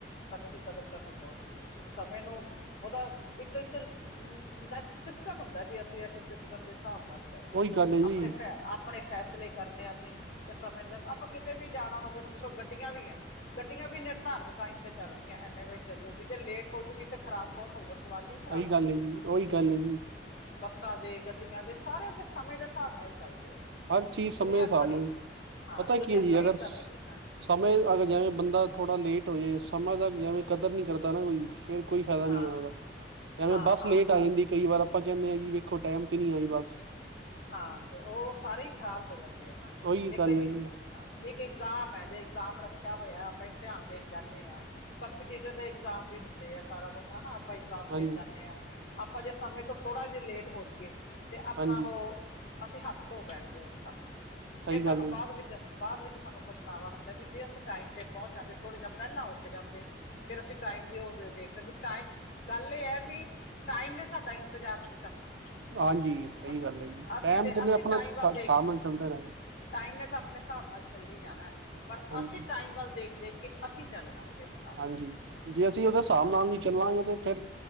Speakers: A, on the left; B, on the right.
A: ਸਮੇਂ ਦੀ ਕਦਰ ਕਰਨੀ ਬਹੁਤ ਜ਼ਰੂਰੀ ਆ, ਸਮੇਂ ਨੂੰ ਉਹਦਾ ਇੱਕ-ਇੱਕ ਹੁੰਦਾ ਸਿਸਟਮ ਹੁੰਦਾ ਵੀ ਅਸੀਂ ਇਸ ਸਿਸਟਮ ਦੇ ਹਿਸਾਬ ਨਾਲ ਚੱਲਣਾ,
B: ਉਹੀ ਗੱਲ ਹੈ ਜੀ
A: ਆਪਣੇ ਆਪਣੇ ਫ਼ੈਸਲੇ ਕਰਨੇ ਆ ਅਸੀਂ ਤੇ ਸਮੇਂ ਦੇ ਆਪਾਂ ਕਿਤੇ ਵੀ ਜਾਣਾ ਹੋਵੇ ਹੁਣ ਸਗੋਂ ਗੱਡੀਆਂ ਵੀ ਐ। ਗੱਡੀਆਂ ਵੀ ਨਿਰਧਾਰਤ ਟਾਈਮ ਤੇ ਚੱਲਦੀਆਂ, ਐਨੇ ਵਜੇ ਚੱਲੂਗੀ ਜੇ ਲੇਟ ਹੋਜੂਗੀ ਤੇ ਖਰਾਬ ਕੌਣ ਹੋਊਗਾ ਸਵਾਰੀਆਂ। ਖਰਾਬ
B: ਸਹੀ ਗੱਲ
A: ਹੋਣਗੀਆਂ
B: ਐ ਜੀ, ਓਹੀ ਗੱਲ ਐ ਜੀ।
A: ਬੱਸਾਂ ਦੇ, ਗੱਡੀਆਂ ਦੇ ਸਾਰੇ ਆਪਣੇ ਸਮੇਂ ਦੇ ਹਿਸਾਬ ਨਾਲ ਚੱਲਦੇ ਆ।
B: ਹਰ ਚੀਜ਼
A: ਦੁਨੀਆਂ
B: ਸਮੇਂ ਦੇ ਹਿਸਾਬ
A: ਖੜੀ,
B: ਨਾਲ
A: ਹਾਂ
B: ਪਤਾ
A: ਦੁਨੀਆਂ
B: ਕੀ ਹੈ ਜੀ
A: ਖੜੀ
B: ਅਗਰ
A: ਸਮੇਂ ਤੇ ਹਾਂ।
B: ਸਮੇਂ ਅਗਰ ਜਿਵੇਂ ਬੰਦਾ ਥੋੜਾ ਲੇਟ ਹੋ ਜਾਵੇ, ਸਮਾਂ ਦਾ ਜਿਵੇਂ ਕਦਰ ਨੀ ਕਰਦਾ ਨਾ ਕੋਈ। ਫਿਰ ਕੋਈ ਫਾਇਦਾ ਨਹੀਂ
A: ਹਾਂ
B: ਆ ਉਹਦਾ, ਜਿਵੇਂ
A: ਹਾਂ
B: ਬੱਸ
A: ਹਾਂ
B: ਲੇਟ
A: ਹਾਂ
B: ਆ ਜਾਂਦੀ। ਕਈ ਵਾਰ ਆਪਾਂ ਕਹਿੰਦੇ ਆ ਜੀ ਵੇਖੋ ਟਾਈਮ ਤੇ ਨੀ ਆਈ ਬੱਸ।
A: ਹਾਂ ਤੇ ਉਹ ਸਾਰੇ ਹੀ ਖ਼ਰਾਬ ਹੋ ਜਾਂਦੇ ਆ ਨਾ
B: ਉਹੀ
A: ਇੱਕ
B: ਗੱਲ
A: ਤੇ,
B: ਹੈ ਜੀ
A: ਹਾਂ। ਇੱਕ ਇਗਜ਼ਾਮ ਐ ਜੇ ਇਗਜ਼ਾਮ ਰੱਖਿਆ ਹੋਇਆ ਆਪਾਂ ਇਮਤਿਹਾਨ ਦੇਣ ਜਾਂਦੇ ਆ ਕੰਪੀਟੀਸ਼ਨ ਦੇ ਇਗਜ਼ਾਮ ਵੀ ਹੁੰਦੇ ਆ, ਸਾਰਾ ਕੁੱਛ ਹਨਾ। ਆਪਾਂ ਇਗਜ਼ਾਮ
B: ਹਾਂਜੀ
A: ਦੇਣ ਜਾਣੇ ਆ, ਆਪਾਂ ਜੇ ਸਮੇਂ ਤੋਂ ਥੋੜ੍ਹਾ ਜਹਾ ਲੇਟ ਹੋ ਜਾਈਏ ਤੇ ਆਪਣਾ
B: ਹਾਂਜੀ
A: ਉਹ ਅਸੀਂ ਹੱਥ ਧੋ ਬੈਠਦੇ ਹਾਂ ਉਸ ਕੰਮ ਤੋਂ,
B: ਸਹੀ
A: ਫੇਰ ਸਾਨੂੰ
B: ਗੱਲ ਹੈ
A: ਬਾਅਦ
B: ਜੀ
A: ਵਿੱਚ ਬਾਅਦ ਵਿੱਚ ਸਾਨੂੰ ਪਛਤਾਵਾ ਹੁੰਦਾ ਵੀ ਜੇ ਅਸੀਂ ਟਾਈਮ ਤੇ ਪਹੁੰਚ ਜਾਂਦੇ, ਥੋੜ੍ਹਾ ਜਿਹਾ ਪਹਿਲਾਂ ਉੱਠ ਜਾਂਦੇ ਫੇਰ ਅਸੀਂ ਟਾਈਮ ਤੇ ਓ ਦੇਖਦੇ ਵੀ ਟਾ ਗੱਲ ਐ ਵਾ ਵੀ ਟਾਈਮ ਨੇ ਸਾਡਾ ਇੰਤਜ਼ਾਰ ਨਹੀਂ ਕਰਨਾ।
B: ਹਾਂਜੀ ਸਹੀ
A: ਅਸੀਂ
B: ਗੱਲ ਐ ਜੀ,
A: ਅਸੀਂ
B: ਟੈਮ
A: ਦੇ
B: ਤੇ
A: ਅਸੀਂ
B: ਆਪਣਾ
A: ਟਾਈਮ
B: ਹਿਸਾਬ
A: ਵੱਲ ਦੇਖਦੇ
B: ਨਾਲ ਚੱਲਦਾ ਰਹਿੰਦਾ।
A: ਟਾਈਮ ਨੇ ਤਾਂ ਆਪਣੇ ਹਿਸਾਬ ਨਾਲ ਚੱਲੀ ਜਾਣਾ, ਪਰ
B: ਹਾਂਜੀ
A: ਅਸੀਂ ਟਾਈਮ ਵੱਲ ਦੇਖ-ਦੇਖ ਕੇ ਅਸੀਂ ਚੱਲਣਾ ਉਹਦੇ ਨਾਲ।
B: ਹਾਂਜੀ, ਜੇ ਅਸੀਂ ਉਹਦੇ ਹਿਸਾਬ ਨਾਲ ਨਹੀਂ ਚੱਲਾਂਗੇ ਤੇ ਫੇਰ